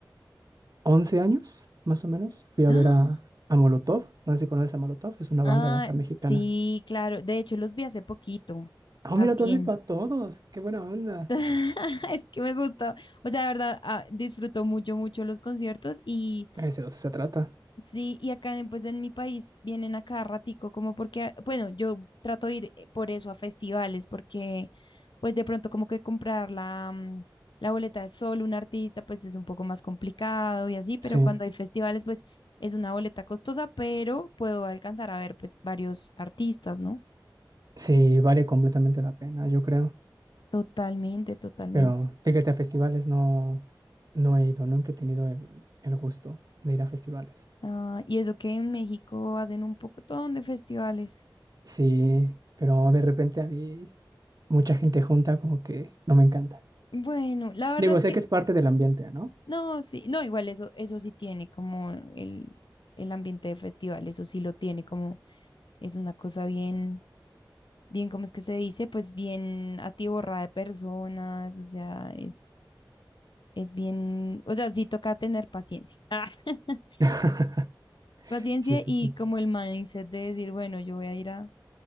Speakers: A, on the right; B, on the left.
A: 11 años, más o menos. Fui a
B: ¡Ah!
A: ver a, a Molotov. No sé si conoces a Molotov, es una
B: Ah,
A: banda de acá mexicana.
B: sí, claro. De hecho, los vi hace poquito
A: Oh,
B: también.
A: mira, tú has visto a todos. Qué buena onda.
B: <laughs> Es que me gustó. O sea, de verdad, ah, disfruto mucho, mucho los conciertos y.
A: Ese dos se trata.
B: Sí, y acá en- pues en mi país vienen a cada ratico, como porque, a- bueno, yo trato de ir eh, por eso a festivales, porque pues de pronto como que comprar la, mm, la boleta de solo un artista, pues es un poco más complicado y así, pero
A: Sí,
B: cuando hay festivales, pues es una boleta costosa, pero puedo alcanzar a ver pues varios artistas, ¿no?
A: sí, vale completamente la pena, yo creo.
B: Totalmente, totalmente.
A: Pero fíjate, a festivales no, no he ido, nunca he tenido el, el gusto de ir a festivales.
B: Ah, y eso que en México hacen un poco de festivales.
A: Sí, pero de repente a mí mucha gente junta como que no me encanta.
B: Bueno, la verdad
A: Digo,
B: es que
A: sé que es parte del ambiente, ¿no?
B: No, sí, no, igual eso, eso sí tiene como el, el ambiente de festival, eso sí lo tiene como, es una cosa bien, bien, ¿cómo es que se dice? Pues bien atiborrada de personas, o sea, es, es bien, o sea, sí toca tener paciencia. <laughs>
A: <laughs>
B: Ah, paciencia
A: Sí, sí,
B: y
A: sí.
B: como el mindset de decir, bueno, yo voy a ir a,